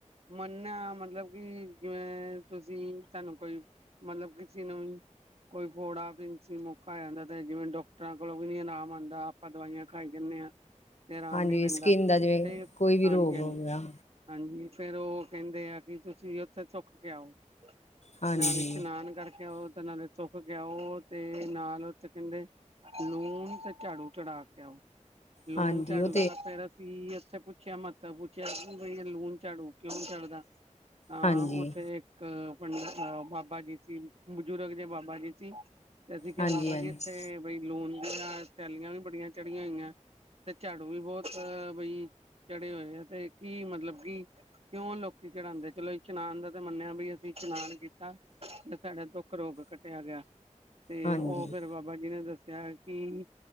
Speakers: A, on the right; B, on the left.
A: ਮੰਨੇਆ ਮਤਲਬ ਕਿ ਜਿਵੇਂ ਤੁਸੀਂ ਸਾਨੂੰ ਕੋਈ ਮਤਲਬ ਕਿਸੇ ਨੂੰ ਵੀ ਕੋਈ ਫੋੜਾ, ਫਿੰਸੀ, ਮੌਕਾ ਆ ਜਾਂਦਾ ਤੇ ਜਿਵੇਂ ਡਾਕਟਰਾਂ ਕੋਲੋਂ ਵੀ ਨੀ ਆਰਾਮ ਆਂਦਾ ਆਪਾਂ ਦਵਾਈਆਂ ਖਾਈ ਜਾਣੇ ਆਂ। ਤੇ ਰਾਮ
B: ਹਾਂਜੀ
A: ਨੀ ਪੈਂਦਾ
B: ਸਕਿੰਨ ਦਾ ਜਿਵੇਂ
A: ਤੇ
B: ਕੋਈ ਵੀ
A: ਹਾਂਜੀ,
B: ਰੋਗ
A: ਹਾਂਜੀ।
B: ਹੋ ਗਿਆ
A: ਹਾਂਜੀ ਫੇਰ ਓ ਕੈਂਦੇ ਆ ਕਿ ਤੁਸੀਂ ਉੱਥੇ ਸੁੱਖ ਕੇ ਆਓ
B: ਹਾਂਜੀ
A: ਨਾਲੇ ਸ਼ਨਾਨ ਕਰਕੇ ਆਓ ਤੇ ਨਾਲੇ ਸੁੱਖ ਕੇ ਆਓ ਤੇ ਨਾਲ ਓਥੇ ਕੈਂਦੇ ਲੂਣ ਤੇ ਝਾੜੂ ਚੜਾ ਕੇ ਆਓ ਲੂਣ,
B: ਹਾਂਜੀ
A: ਝਾੜੂ
B: ਉਹ
A: ਤੇ ਫੇਰ ਅਸੀਂ ਉੱਥੇ ਮੱਤਵ ਪੁੱਛਿਆ ਬਈ ਲੂਣ ਝਾੜੂ ਕਿਉਂ ਚੜ੍ਹਦਾ ਤਾਂ
B: ਹਾਂਜੀ
A: ਉੱਥੇ ਜੇ <inaudible> ਇੱਕ ਪੰਡਤ ਆਇਆ ਬਾਾਬਾ ਕੀ ਸੀ ਬੁਜ਼ੁਰਗ ਜੇ ਬਾਾਬਾ ਕੀ ਸੀ। ਤੇ ਅਸੀਂ ਕਿਆ
B: ਹਾਂਜੀ
A: ਬਾਬਾ
B: ਹਾਂਜੀ
A: ਜੀ ਇੱਥੇ ਬਈ ਲੂਣ ਦੀਆਂ ਥੈਲੀਆਂ ਵੀ ਬੜੀਆਂ ਚੜੀਆਂ ਹੋਈਆਂ ਤੇ ਝਾੜੂ ਵੀ ਬੌਤ ਬਈ ਚੜ੍ਹੇ ਹੋਏ ਆ ਤੇ ਕੀ ਮਤਲਬ ਕੀ? ਕਿਉਂ ਲੋਕੀ ਚੜਾਂਦੇ ਚਲੋ ਇਸ਼ਨਾਨ ਦਾ ਤੇ ਮੰਨਿਆ ਬੀ ਅਸੀਂ ਇਸ਼ਨਾਨ ਕੀਤਾ। ਬੀ ਸਾਡਾ ਦੁੱਖ ਰੋਗ ਕੱਟਿਆ ਗਿਆ ਤੇ
B: ਹਾਂਜੀ
A: ਓ ਫਿਰ ਬਾ ਬਾ ਜੀ ਨੇ ਦੱਸਿਆ ਐ ਕਿ